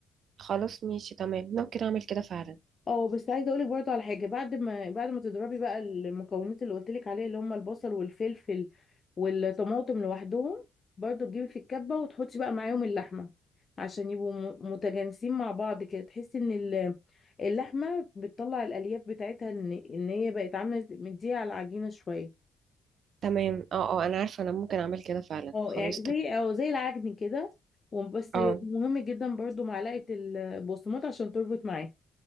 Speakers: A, on the right (about 65°); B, on the left (about 35°).
A: خلاص ماشي تمام ممكن أعمل كده فعلا
B: اه بس عايزه اقولك برضه على حاجه بعد ما بعد ما تضربي بقى المكونات اللي قلتلك عليها اللي هم البصل والفلفل والطماطم لوحدهم برضه تجيبي في الكبه وتحطي بقى معاهم اللحمه عشان يبقوا م- متجانسين مع بعض كده تحسي ان ال- اللحمه بتطلع الالياف بتاعتها ان ان هي بقت عامله زي- مديها على العجينه شويه
A: تمام اه اه أنا عارفة أنا ممكن أعمل كده فعلا
B: اه
A: خلاص
B: يعني زي
A: تمام
B: او زي العجن كده وبس
A: اه
B: مهم جدا برضه معلقه البقسماط عشان تربط معاها